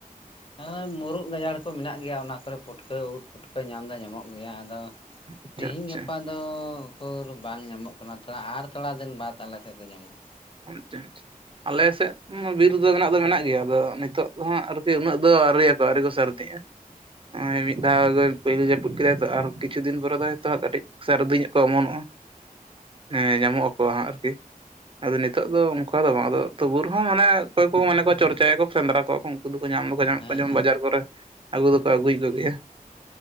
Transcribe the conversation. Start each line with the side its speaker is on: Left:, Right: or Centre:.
Left: ᱦᱳᱭ ᱢᱩᱨᱩᱜ ᱜᱟᱡᱟᱲ ᱠᱚ ᱢᱮᱱᱟᱜ ᱜᱮᱭᱟ ᱚᱱᱟ ᱠᱚᱨᱮ ᱯᱩᱴᱠᱟᱹ ᱩᱫ ᱯᱩᱴᱠᱟᱹ ᱧᱟᱢ ᱫᱚ ᱧᱟᱢᱚᱜ ᱜᱮᱭᱟ ᱟᱫᱚ᱾
Right: ᱟᱪᱪᱷᱟ
Left: ᱛᱮᱦᱤᱧ
Right: ᱟᱪᱪᱷᱟ
Left: ᱜᱟᱯᱟ᱾ <inaudible> ᱫᱚ ᱩᱠᱩᱨ ᱵᱟᱝ ᱧᱟᱢᱚᱜ ᱠᱟᱱᱟ ᱛᱷᱚᱲᱟ ᱟᱨ ᱛᱷᱚᱲᱟ ᱫᱤᱱ ᱵᱟᱫ ᱟᱞᱮ ᱥᱮᱫ ᱫᱚ ᱧᱟᱢᱚᱜᱼᱟ᱾
Right: <inaudible> ᱟᱞᱮ ᱥᱮᱫ᱾ ᱵᱤᱨ ᱫᱚ ᱢᱮᱱᱟᱜ ᱫᱚ ᱢᱮᱱᱟᱜ ᱜᱮᱭᱟ ᱟᱫᱚ ᱱᱤᱛᱚᱜ ᱫᱚ ᱦᱟᱜ ᱟᱨᱠᱤ ᱩᱱᱟᱹᱜ ᱫᱚ ᱟᱹᱣᱨᱤᱭᱟᱠᱚᱣᱟ ᱟᱹᱣᱨᱤ ᱠᱚ ᱥᱟᱨᱫᱤᱜᱼᱟ᱾ <inaudible> ᱢᱤᱫ ᱫᱷᱟᱣ᱾ <inaudible> ᱯᱩᱭᱞᱳ ᱡᱟᱹᱯᱩᱫ ᱠᱮᱫᱟᱭ ᱛᱚ ᱟᱨ ᱠᱤᱪᱷᱩ ᱫᱤᱱ ᱯᱚᱨᱮ ᱫᱚ ᱦᱚᱭᱛᱚ ᱦᱟᱜ ᱠᱟᱹᱴᱤᱡ ᱥᱟᱹᱨᱫᱤ ᱧᱚᱜ ᱠᱚ ᱚᱢᱚᱱᱚᱜᱼᱟ᱾ ᱦᱮ ᱧᱟᱢᱚᱜ ᱟᱠᱚ ᱦᱟᱜ ᱟᱨᱠᱤ᱾ ᱟᱫᱚ ᱱᱤᱛᱚᱜ ᱫᱚ ᱚᱱᱠᱟ ᱫᱚ ᱵᱟᱝ ᱟᱫᱚ ᱛᱚᱵᱩ ᱨᱮ ᱦᱚᱸ ᱢᱟᱱᱮ ᱚᱠᱚᱭ ᱠᱚ ᱢᱟᱱᱮ ᱠᱚ ᱪᱚᱨᱪᱟᱭᱟᱠᱚ ᱥᱮᱸᱫᱽᱨᱟ ᱠᱚᱣᱟ ᱠᱚ ᱩᱱᱠᱩ ᱫᱚᱠᱚ ᱧᱟᱢ᱾
Left: ᱦᱮᱸ
Right: <inaudible> ᱡᱮᱢᱚᱱ
Left: ᱦᱮᱸ
Right: ᱵᱟᱡᱟᱨ ᱠᱚᱨᱮ ᱟᱹᱜᱩ ᱫᱚᱠᱚ ᱟᱹᱜᱩᱭᱮᱫ ᱠᱚ ᱜᱮᱭᱟ᱾